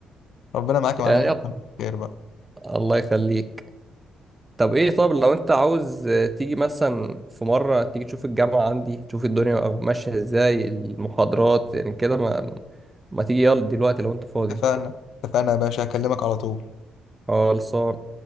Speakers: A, on the left (about 75°); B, on the right (about 20°).
A: ربنا معاك
B: <laughs>
A: يا معلم
B: يا
A: وتتمم
B: يلا
A: على خير بقى
B: الله يخليك طب ايه طب لو انت عاوز آه، تيجي مثلا في مرة تيجي تشوف الجامعة عندي تشوف الدنيا ماشية ازاي المحاضرات يعني كده ما ما تيجي يلا دلوقتي لو انت فاضي
A: اتفقنا اتفقنا يا باشا هكلمك على طول
B: خلصان